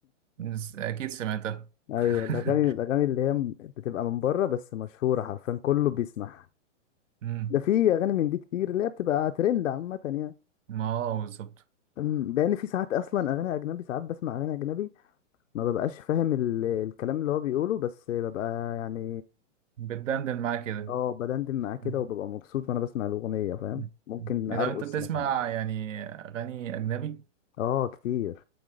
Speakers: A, on the right (about 80°); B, on the left (about 80°).
A: نس- اكيد سمعتها
B: ايوه
A: <laughs>
B: الاغاني الاغاني اللي هي م- بتبقى من بره بس مشهوره حرفيا كله بيسمعها
A: مم.
B: ده في اغاني من دي كتير اللي هي بتبقى ترند عامه يعني
A: ما هو بالظبط
B: أمم، لان في ساعات اصلا اغاني اجنبي ساعات بسمع اغاني اجنبي ما ببقاش فاهم ال... الكلام اللي هو بيقوله بس ببقى يعني
A: بتدندن معاه كده
B: اه بدندن معاه كده
A: مم.
B: وببقى مبسوط وانا بسمع الاغنيه فاهم
A: مم.
B: ممكن ارقص
A: اذا انت بتسمع
B: مثلا
A: يعني اغاني اجنبي
B: اه كتير